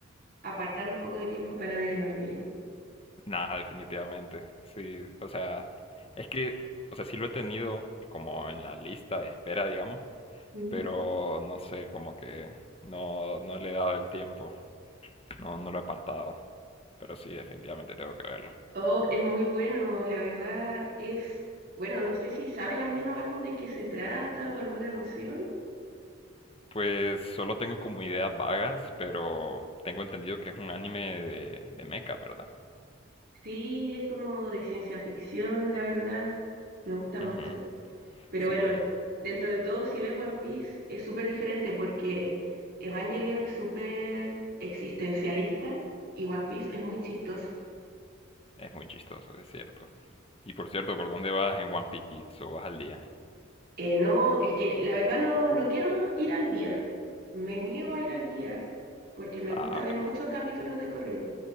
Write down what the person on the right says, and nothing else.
apartar un poco de tiempo para ver Evangelion.
Ujú.
Oh, es muy bueno, la verdad es, bueno, no sé si sabes al menos algo de qué se trata o alguna noción.
Sí, es como de ciencia ficción, la verdad, me gusta mucho.
Pero
bueno, dentro de todo, si ves One Piece, es súper diferente porque Evangelion es súper existencialista y One Piece es muy chistoso.
Eh, no, es que la verdad no, no quiero ir al día. Me niego a ir al día porque me
gusta ver
muchos capítulos de corrido.